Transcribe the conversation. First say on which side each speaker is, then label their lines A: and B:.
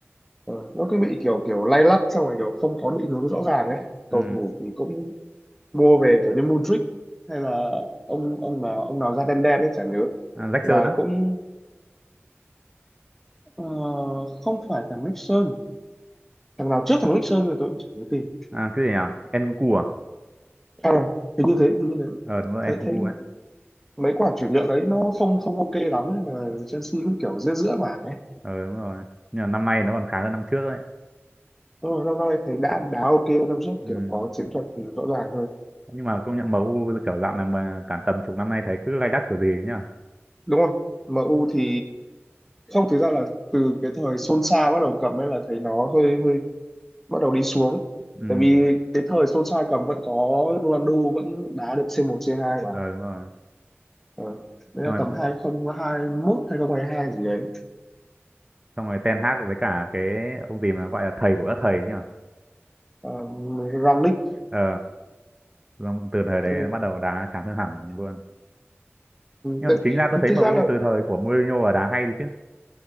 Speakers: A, in the centre; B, on the right (about 20°).
A: ờ, nó cứ bị kiểu kiểu lay lắt xong rồi kiểu không có định hướng rõ ràng ấy.
B: ừ.
A: Cầu thủ thì cũng mua về kiểu như Mudryk hay là ông ông nào ông nào da đen đen ấy chả nhớ
B: À, Jackson
A: là
B: á
A: cũng ờ, không phải thằng Nixon thằng nào trước thằng Nixon rồi tôi cũng chả nhớ tìm
B: À cái gì à? Enku à?
A: à hình như thế hình như thế
B: Ờ đúng rồi Enku
A: thấy thấy
B: ấy.
A: mấy quả chuyển nhượng đấy nó không không ok lắm ấy mà Chelsea cũng kiểu giữa giữa bảng ấy
B: Ờ đúng rồi. Nhưng mà năm nay nó còn khá hơn năm trước đấy.
A: Đúng rồi năm nay thấy đã đá ok hơn năm trước
B: Ừ.
A: kiểu có chiến thuật rõ ràng hơn
B: Nhưng mà công nhận MU kiểu dạo này mà cả tầm chục năm nay thấy cứ lay đắt kiểu gì ấy nhá.
A: đúng không MU thì không thực ra là từ cái thời Solskjaer bắt đầu cầm ấy là thấy nó hơi hơi bắt đầu đi xuống
B: Ừ.
A: tại vì cái thời Solskjaer cầm vẫn có Ronaldo vẫn đá được C1 C2 mà
B: Ờ đúng rồi.
A: ờ. đấy
B: Xong
A: là
B: rồi,
A: tầm 2021 2022 gì đấy
B: xong rồi Ten Hag với cả cái ông gì mà gọi là thầy của các thầy ấy nhá.
A: uh, Rangnick
B: Ờ xong từ thời đấy
A: tại,
B: bắt đầu đá chán hơn hẳn luôn. Nhưng
A: tại,
B: mà chính ra tôi thấy em
A: thực
B: U
A: ra là
B: từ thời của Mourinho là đá hay đi chứ.